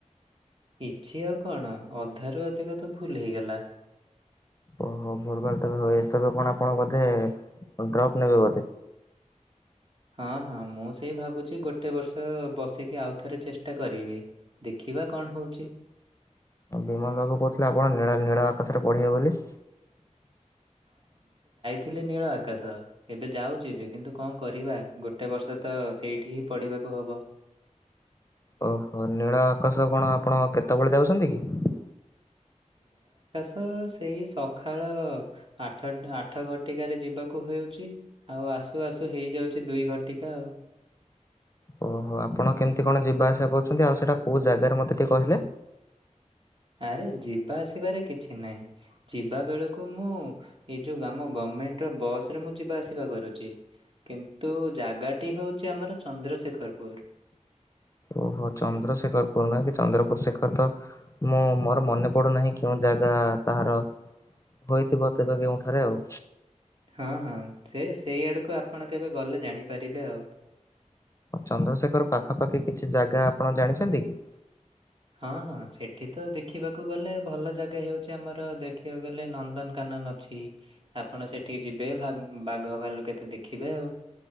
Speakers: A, on the right; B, on the left.
A: କିଛି ଆଉ କଣ? ଅଧାରୁ ଅଧିକ ତ ଭୁଲ ହେଇଗଲା।
B: ଓହୋ! ଭୁଲ୍ ଭାଲ୍ ତେବେ ହୋଇଆଇସ୍। କଣ ଆପଣ ବୋଧେ ଡ୍ରପ ନେବେ ବୋଧେ?
A: ହଁ, ହଁ, ମୁଁ ସେଇ ଭାବୁଛି! ଗୋଟେ ବର୍ଷ ବସିକି ଆଉ ଥରେ ଚେଷ୍ଟା କରିବି। ଦେଖିବା କଣ ହଉଛି?
B: ବିମଲ୍ ବାବୁ କହୁଥିଲେ ଆପଣ ନୀଳ ନୀଳ ଆକାଶରେ ପଢିବେ ବୋଲି?
A: ହେଲେ ନୀଳ ଆକାଶ! ଏବେ ଯାଉଛି ବି, କିନ୍ତୁ କଣ କରିବା? ଗୋଟେ ବର୍ଷ ତ ସେଇଠି ହିଁ ପଢିବାକୁ କୁ ହବ।
B: ଓହୋ! ନୀଳ ଆକାଶ କଣ ଆପଣ କେତେବେଳେ ଯାଉଛନ୍ତି କି?
A: ତ ସେଇ ସଖାଳ ଆଠଟା ଆଠ ଘଟିକାରେ ଯିବାକୁ ହେଉଛି ଆଉ ଆ ଆସୁ ଆସୁ ହେଇଯାଉଛି। ଦୁଇ ଘଟିକା ଆଉ।
B: ହ <inaudible> ଓହୋ! ଆପଣ କେମିତି କଣ ଯିବା ଆସିବା କରୁଛନ୍ତି, ଆଉ ସେଇଟା କୋଉ ଜାଗାରେ ମତେ ଟିକେ କହିଲେ?
A: ଆରେ ଯିବା ଆସିବାରେ କିଛି ନାହିଁ। ଯିବା ବେଳକୁ ମୁଁ, ଏ ଯୋଉ ଆମ ଗମେଣ୍ଟ ବସ୍ ରେ ମୁଁ ଯିବା ଆସିବା କରୁଚି। କିନ୍ତୁ, ଜାଗାଟି ହଉଛି ଆମର ଚନ୍ଦ୍ରଶେଖରପୁର।
B: ଓହୋ ଚନ୍ଦ୍ରଶେଖର ପୁର ନାଁ କି ଚନ୍ଦ୍ରପୁର ଶେଖର ତ ମୁଁ ମୋର ମନେ ପଡୁନାହିଁ କେଁ ଜାଗା ତାହାର ହୋଇଥିବ ତେବେ କେଉଁଠାରେ ଆଉ?
A: ହଁ ହଁ ସେ ସେଇ ଆଡ଼କୁ ଆପଣ କେବେ ଗଲେ ଜାଣିପାରିବେ ଆଉ।
B: ଚନ୍ଦ୍ରଶେଖର ପାଖାପାଖି କିଛି ଜାଗା ଆପଣ ଜାଣିଛନ୍ତି କି?
A: ହଁ ହଁ ସେଠି ତ ଦେଖିବାକୁ ଗଲେ ଭଲ ଜାଗା ହେଉଛି ଆମର ଦେଖିବାକୁ ଗଲେ ନନ୍ଦନକାନନ ନନ୍ଦକାନନ ଅଛି ଆପଣ ସେଠିକି ଯିବେ ବାଘ ଭାଲୁ କେତେ ଦେଖିବେ ଆଉ।